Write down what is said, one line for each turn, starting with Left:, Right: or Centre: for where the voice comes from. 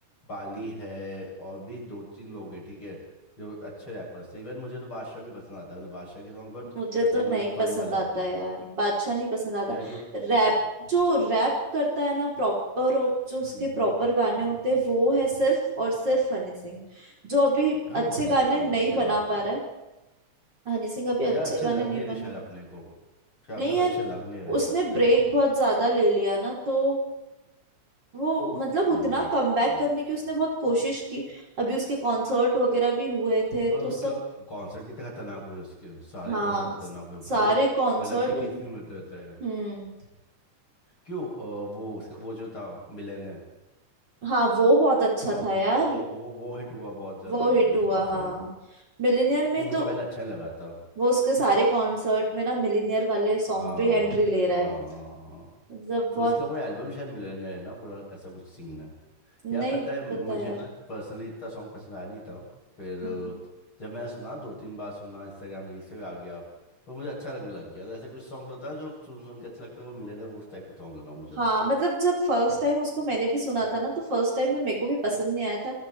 Left: बाली है और भी दो तीन लोग हैं ठीक है जो अच्छे रैपर्स थे इवन मुझे तो बादशाह भी पसंद आता है मतलब बादशाह के सॉन्ग बहुत
Right: मुझे
Left: अच्छे
Right: तो
Left: मतलब
Right: नहीं
Left: फन
Right: पसंद
Left: वाले
Right: आता
Left: होते हैं
Right: है
Left: वो
Right: यार बादशाह नहीं पसंद आता
Left: यार कि
Right: रैप जो रैप करता है ना प्रॉपर और जो उसके
Left: हम्म हम्म,
Right: प्रॉपर
Left: हम्म।
Right: गाने
Left: हम्म।
Right: होते हैं वो है सिर्फ और सिर्फ हनी सिंह जो अभी
Left: हाँ
Right: अच्छे
Left: वो हनी
Right: गाने
Left: सिंह ऑब्वियसली
Right: नहीं बना
Left: बात
Right: पा
Left: है
Right: रहा है हनी सिंह अभी अच्छे
Left: यार अच्छे
Right: गाने
Left: लग
Right: नहीं
Left: नहीं रहे
Right: बना
Left: शायद अपने को शायद
Right: नहीं
Left: अपने को
Right: यार
Left: अच्छे लग नहीं रहे
Right: उसने
Left: पता है
Right: ब्रेक बहुत ज्यादा ले लिया ना तो वो मतलब
Left: अब
Right: उतना
Left: यार बेक
Right: कमबैक
Left: हम्म।
Right: करने की उसने बहुत कोशिश की अभी उसके कॉन्सर्ट वगैरह भी हुए थे
Left: पर
Right: तो
Left: उसका
Right: सब
Left: कॉन्सर्ट कितने खतरनाक हुए उसके सारे
Right: हाँ
Left: कॉन्सर्ट खतरनाक हुए
Right: सारे
Left: भाई
Right: कॉन्सर्ट
Left: पहले अब टिकट्स नहीं मिल रहे थे
Right: हम्म
Left: क्यों अ, वो उसका वो जो था मिलन है
Right: हाँ वो बहुत अच्छा
Left: जो
Right: था यार
Left: उसका वो वो वो हिट हुआ बहुत ज़्यादा
Right: वो हिट
Left: अभी उसका
Right: हुआ हाँ
Left: सॉन्ग
Right: मिलिनियर में
Left: वो
Right: ही
Left: मुझे
Right: तो
Left: पहले अच्छा नहीं लगा था
Right: वो उसके सारे कॉन्सर्ट में ना मिलिनियर वाले सॉन्ग
Left: हाँ
Right: पे एंट्री ले रहा
Left: हाँ
Right: है
Left: हाँ हाँ
Right: मतलब बहुत
Left: उसका पूरा एल्बम शायद मिलन है ना पूरा ऐसा कुछ सीन है
Right: नहीं
Left: यार पता है मुझे
Right: पता यार
Left: ना पर्सनली इतना सॉन्ग पसंद आया नहीं था फिर अ,
Right: हम्म
Left: जब मैंने सुना दो तीन बार सुना इंस्टाग्राम रील से भी आ गया तो मुझे अच्छा लगने लग गया तो ऐसे कुछ सॉन्ग्स होता है जो सुन सुन के अच्छा लगता है वो मिले ना वो उस टाइप का सॉन्ग लगा मुझे
Right: हाँ
Left: <laughs>
Right: मतलब जब फर्स्ट टाइम उसको मैंने भी सुना था ना तो फर्स्ट टाइम में मेरे को भी पसंद नहीं आया था